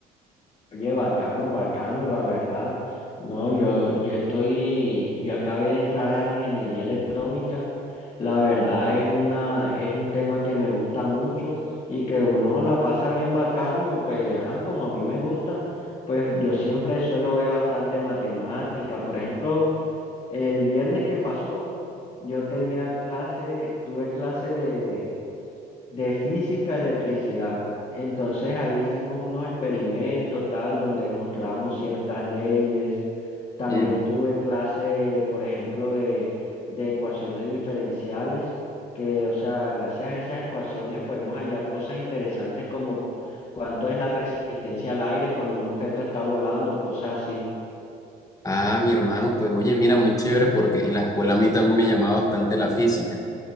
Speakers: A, on the left (about 40°); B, on the left (about 20°).
A: Oye, bacano, bacano, la verdad. No, yo, yo estoy, yo acabé de entrar a ingeniería electrónica. La verdad es una, es un tema que me gusta mucho y que uno la pasa bien bacano, pues, ajá, como a mí me gusta, pues yo siempre suelo ver bastante matemática. Por ejemplo, el viernes que pasó, yo tenía clase, tuve clase de de física, electricidad. Entonces ahí hicimos unos experimentos tal, donde demostramos ciertas leyes. También
B: Mm.
A: tuve clase, por ejemplo, de, de ecuaciones diferenciales, que, o sea, gracias a esas ecuaciones podemos hallar cosas interesantes como cuánto es la resistencia al aire cuando un objeto está volando, cosas así.
B: Ah, mi hermano, pues oye, mira, muy chévere porque en la escuela a mí también me llamaba bastante la física.